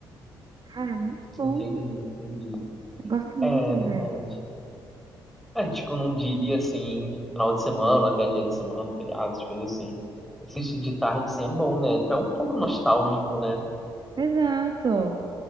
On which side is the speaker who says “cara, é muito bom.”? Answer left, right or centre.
Right